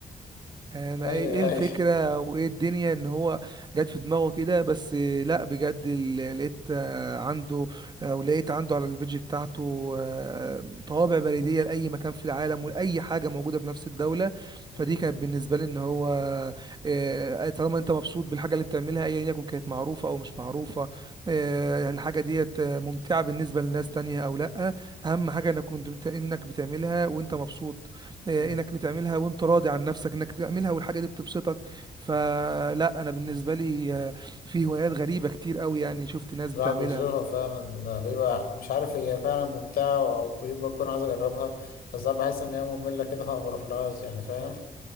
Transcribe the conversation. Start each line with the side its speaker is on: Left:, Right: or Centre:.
Right: آه، ما
Left: ايوه
Right: ايه إيه
Left: ايوه
Right: الفكرة وايه الدنيا ان هو جت في دماغه كده بس آه، لا بجد ال- لقيت آه، عنده او لقيت عنده على البيج بتاعته آه، طوابع بريدية لأي مكان في العالم ولأي حاجة موجودة في نفس الدولة
Left: مم.
Right: فدي كانت بالنسبة لي ان هو آه، آه، طالما انت مبسوط بالحاجة اللي بتعملها ايا يكن كانت معروفة او مش معروفة آه، الحاجة ديت آه، ممتعة بالنسبة لناس تانية او لا اهم حاجة انك كنت بت- انك بتعملها وانت مبسوط آه،
Left: مم.
Right: انك بتعملها وانت راضي عن نفسك انك بتعملها والحاجه دي بتبسطك فلا انا بالنسبه لي آه، في هوايات غريبه كتير قوي يعني شفت ناس
Left: الواحد
Right: بتعملها
Left: بيجربها فعلا بيبقى مش عارف هي فعلا ممتعة أو بيبقى يكون عايز أجربها بس أنا بحس إن هي مملة كده فما بروحلهاش يعني فاهم